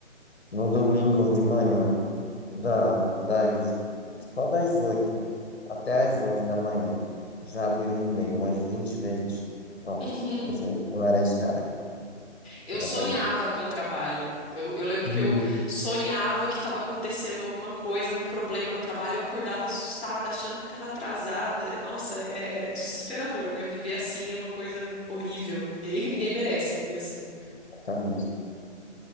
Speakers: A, on the left; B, in the centre.
A: no domingo de manhã, da, das, só das 8 até as 11 da manhã, já abriu o e-mail umas 20 vezes. Pronto,
B: Uhum.
A: eu, sou- eu era esse cara,
B: Eu
A: exatamente.
B: sonhava com o trabalho. Eu, eu lembro
A: Sim,
B: que eu sonhava que estava acontecendo alguma coisa, algum problema no trabalho, eu acordava assustada, achando que estava atrasada. Nossa, é, é desesperador, né? Viver assim é uma coisa horrível. Ninguém, <laughs> ninguém merece viver assim.
A: exatamente.